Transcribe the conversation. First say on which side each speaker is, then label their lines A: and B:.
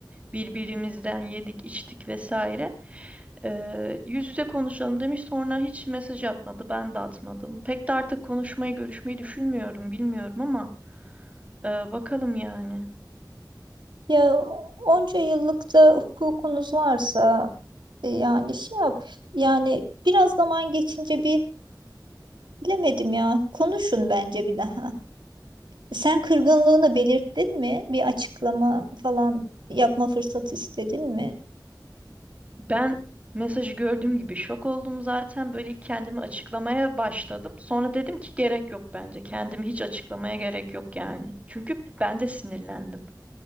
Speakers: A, on the right; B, on the right.
A: birbirimizden yedik içtik vesaire Ee, yüz yüze konuşalım demiş sonra hiç mesaj atmadı ben de atmadım pek de artık konuşmayı görüşmeyi düşünmüyorum bilmiyorum ama e, bakalım yani.
B: Ya onca yıllık da hukukunuz varsa e, yani şey yap. Yani biraz zaman geçince bir bilemedim ya. Konuşun bence bir daha. Sen kırgınlığını belirttin mi? Bir açıklama falan yapma fırsatı istedin mi?
A: Ben mesajı gördüğüm gibi şok oldum zaten. Böyle ilk kendimi açıklamaya başladım. Sonra dedim ki gerek yok bence. Kendimi hiç açıklamaya gerek yok yani. Çünkü ben de sinirlendim.